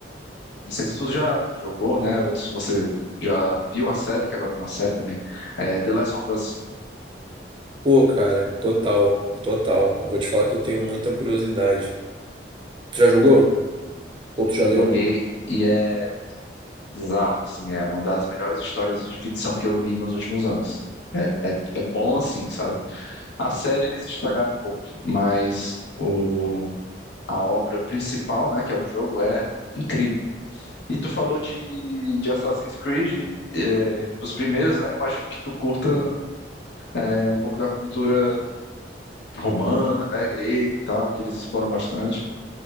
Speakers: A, on the left (about 80°); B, on the right (about 30°).
A: não sei se tu já jogou, né? Ou se você já viu a série, que agora tem uma série também. É, The Last of Us.
B: Pô, cara, total, total. Eu vou te falar que eu tenho muita curiosidade. Tu já jogou? Ou tu já
A: Joguei
B: leu?
A: e é bizarro, assim. É uma das melhores histórias de ficção que eu vi nos últimos anos. É, é, é bom assim, sabe? A série eles estragaram um pouco, mas o a obra principal, né, que é o jogo, é incrível. E tu falou de, de Assassin's Creed, é, dos primeiros, né? Imagino que tu curta é, um pouco da cultura romana, né, grega e tal, que eles exploram bastante.